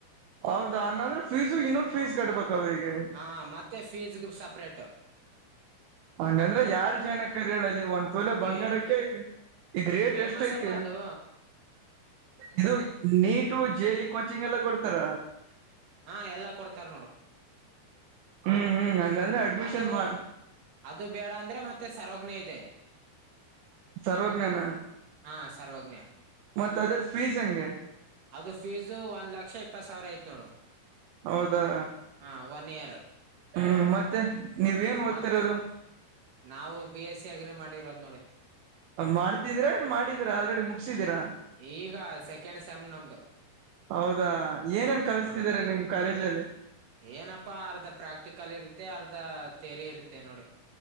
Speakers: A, on the right; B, on the right.
A: ಹೌದಾ ಹಂಗಾದ್ರೆ ಫೀಸು ಇನ್ನುೂ ಫೀಸ್ ಕಟ್ಬೇಕ ಅವ್ರಿಗೆ
B: ಹ ಮತ್ತೆ ಫೀಸ್ ಸಪ್ರೇಟ್
A: ಹಂಗಂದ್ರೆ ಯಾರು ಜಾಯ್ನ್ <unintelligible> ತೊಲೆ ಬಂಗಾರಕ್ಕೆ
B: ಏ
A: ಈಗ, ಈಗ್ ರೇಟ್
B: ಫೇಮಸ್
A: ಎಷ್ಟ್ ಐತಿ
B: ಅಪ್ಪ ಅದು
A: ಇದು ನೀಟು ಜೆ ಇ ಕೋಚಿಂಗ್ ಎಲ್ಲ ಕೊಡ್ತಾರ
B: ಹಾ ಎಲ್ಲಾ ಕೊಡ್ತಾರ್ ನೋಡು
A: ಹ್ಮ್ ಹ್ಮ್ ಹಂಗಂದ್ರೆ
B: ಹ್ಮ್
A: ಅಡ್ಮಿಷನ್
B: ಅದು
A: ಮಾಡ
B: ಅದು ಬೇಡ ಅಂದ್ರೆ ಮತ್ತೆ ಸರ್ವಜ್ಞ ಇದೆ
A: ಸರ್ವಜ್ಞನ
B: ಹಾ ಸರ್ವಜ್ಞ
A: ಮತ್ ಅದು ಫೀಸ್ ಹೆಂಗೆ
B: ಅದು ಫೀಸು ಒಂದ್ ಲಕ್ಷ ಇಪ್ಪತ್ ಸಾವ್ರ ಐತ್ ನೋಡು
A: ಹೌದಾ
B: ಹಾ ಒನ್ ಇಯರ್
A: ಹ್ಮ್ ಮತ್ತೆ ನೀವೇನ್ ಓದ್ತಿರೋದು
B: ಮತ್, ನಾವು ಬಿ ಎಸ್ ಸಿ ಅಗ್ರಿ ಮಾಡಿರೋದ್ ನೋಡು
A: ಮಾಡ್ತಿದ್ದೀರಾ ಇನ್ ಮಾಡಿದೀರಾ ಆಲ್ರೆಡಿ ಮುಗ್ಸಿದ್ದೀರಾ
B: ಈಗ ಸೆಕೆಂಡ್ ಸೆಮ್ ನಮ್ದು
A: ಹೌದಾ ಏನೇನ್ ಕಲ್ಸ್ತಿದಾರೆ
B: ಹ
A: ನಿಮ್ ಕಾಲೇಜಲ್ಲಿ
B: ಏನಪ್ಪಾ ಅರ್ಧ ಪ್ರಾಕ್ಟಿಕಲ್ ಇರುತ್ತೆ, ಅರ್ಧ ತಿಯರಿ ಇರುತ್ತೆ ನೋಡಿ